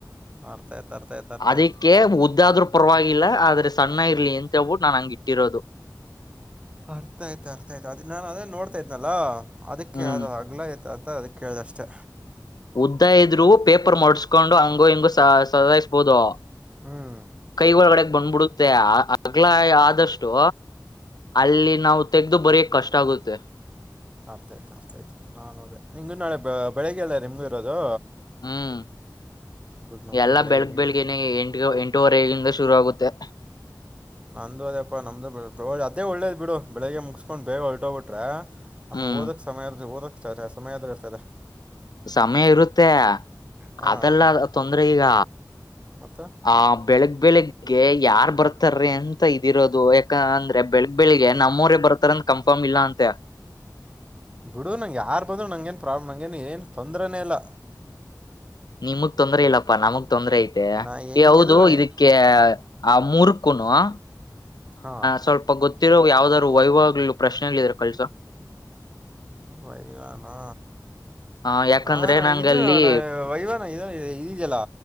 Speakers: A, on the right; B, on the left.
A: ಅರ್ಥ ಆಯ್ತು ಅರ್ಥ ಆಯ್ತು ಅರ್ಥ
B: ಅದಕ್ಕೆ
A: ಆಯ್ತು
B: ಉದ್ದಾದ್ರೂ ಪರವಾಗಿಲ್ಲ ಆದ್ರೆ ಸಣ್ಣ ಇರ್ಲಿ ಅಂ ಳ್ಬಿಟ್ಟ ನಾನ್ ಹಂಗ ಇಟ್ಟಿರೋದು.
A: ಅರ್ಥ ಆಯ್ತ ಅರ್ಥ ಆಯ್ತ ಅದ್ ನಾನ್ ಅದೇ ನೋಡ್ತಾ ಇದ್ನಲ್ಲಾ ಅದಕ್ಕೆ
B: ಹ್ಮ್
A: ಅದ ಅಗ್ಲಾ ಆಯ ದ ಅದಕ ಕೇಳ್ದಷ್ಟೆ.
B: ಉದ್ದ ಇದ್ರು ಪೇಪರ್ ಮಡ್ಸ್ಕೊಂಡು ಹಂಗು ಹಿಂಗೋ ಸದಾಯಸ್ಬೋದು.
A: ಹ್ಮ್
B: ಕೈ ಒಳಗಡೆಗ ಬಂದ್ಬಿಡುತ್ತೆ ಅಗ್ಲ ಆದಷ್ಟು ಅಲ್ಲಿ ನಾವು ತೆಗ್ದ ಬರ ಕಷ್ಟ ಆಗುತ್ತೆ.
A: ಅರ್ಥ ಆಯ್ತ ಅರ್ಥಾಯ್ತ ನಾ ನಿಂಗು ನಾಳೆ ಬೆಳಿಗ್ಗೆ ಎಲ್ಲ ರಿವಿ ಇರೋದು.
B: ಹ್ಮ
A: ಬಿಡು ನಮಗೂ
B: ಎಲ್ಲಾ
A: ಬೆಳಗ್ಗೆ
B: ಬೆಳಗ್
A: ಮುಗ್ದು
B: ಬೆಳಗನೇ ಎಂಟ ಎಂಟವರೆಗ ಶುರುವಾಗುತ್ತೆ.
A: ನಂದು ಅದೇಪ್ಪಾ ನಮ್ದು ಅದೇ ಒಳ್ಳೇದ ಬಿಡು ಬೆಳಿಗ್ಗೆ ಮುಗಸ್ಕೊಂಡ ಬೇಗ ಹೊರಟೊಗ್ಬಿಟ್ರೆ ಅಮ್ಮ
B: ಹ್ಮ್
A: ಓದಕ್ ಸಮಯ ಆದ್ರೂ ಓದಕ ಸಮಯ ಆದ್ರೂ ಇರ್ತ್ರದ.
B: ಸಮಯ ಇರುತ್ತೆ
A: ಹಾಂ
B: ಅದಲ್ಲ ತೊಂದ್ರೆ ಈಗ
A: ಮತ್ತು
B: ಆ ಬೆಳಗ್ ಬೆಳಗ್ ಗೆ ಯಾರ ಬರ್ತಾರಿ ಅಂತ ಇದಿರೋದು ಯಾಕ ಅಂದ್ರೆ ಬೆಳಗ್ ಬೆಳಿಗ್ಗೆ ನಮ್ಮವರೇ ಬರ್ತಾರಂತ ಕಂಫ ಮಿಲ್ಲಾ ಅಂತೇ
A: ಬಿಡು ನಂಗೆ ಯಾರ್ ಬಂದ್ರು ನಂಗೇನು ಪ್ರಾಬ್ಲಮ್ ಏನ್ ಏನ್ ತೊಂದ್ರನೆ ಇಲ್ಲ
B: ನಿಮಗ್ ತೊಂದ್ರ ಇಲ್ಲಪ್ಪಾ ನಮ್ಮಗ್ ತೊಂದ್ರ ಐತೆ
A: ನಾ ಹೆಂಗಿದ್ರು
B: ಯಾವದು
A: ನಾನು
B: ಇದಕ್ಕೆ ಆ ಮೂರ್ಕುನು ಹ
A: ಹಾಂ
B: ಸ್ವಲ್ಪ ಗೊತ್ತು ಗತ್ತಿರೋಗ ಯಾವ್ದಾದ್ರು ವೈವಗಳು ಪ್ರಶ್ನೆಗ್ಗಳಿದ್ರ ಕಳಿಸು
A: ವೈವನಾ
B: ಆ ಯಾಕಂದ್ರೆ
A: ಹಾ ಅಣ್ಣ
B: ನಂಗಲ್ಲಿ
A: ಇದು ನಾ ವೈವನ ಈ ಇದಿಯೆಲ್ಲಾ